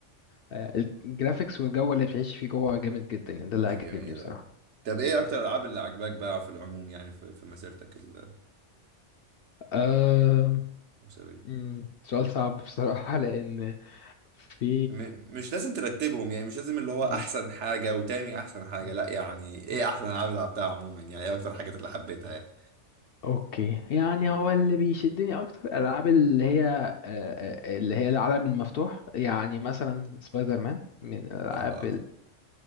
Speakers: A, on the left; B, on the right.
A: والجرافيكس والجو اللي بتعيش فيه جوه جامد جدا يعني ده اللي
B: جميل
A: عجبني بصراحة
B: اه طب ايه
A: مم.
B: اكتر الالعاب اللي عجباك بقى في العموم يعني في, في مسيرتك ال-
A: آم،
B: الاسريه
A: مم، سؤال صعب بصراحة لأن في
B: م- مش لازم ترتبهم يعني مش لازم اللي هو
A: مم،
B: احسن حاجه وتاني احسن حاجه
A: مم،
B: لا يعني ايه
A: مم.
B: احسن العاب اللي لعبتها عموما يعني ايه اكتر الحاجات اللي حبيتها يعني
A: اوكي يعني هو اللي بيشدني اكتر الالعاب اللي هي آه، آه، اللي هي العالم المفتوح يعني مثلا سبايدر مان من الالعاب
B: اه